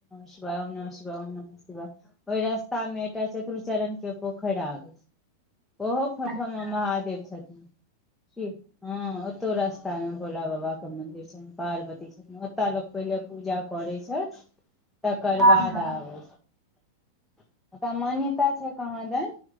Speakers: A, in the centre; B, on the right.
A: शिावाय, ॐ नम शिवाय, ॐ नमः शिवाय ओय रास्ता में एकटा चतुर चरण के पोखैर आबै। ओहोठ
B: अच्छा
A: महादेव देव छथिन। की, हॅ ओतौ रास्ता मे भोला बाबा के मंदिर छैनि। पार्वती छथिन। ओतय लोक पहिले पूजा करै छै। तकर
B: हँ
A: बाद
B: हँ
A: आबै छै। तऽ मान्यता छै। कहाँ दैइन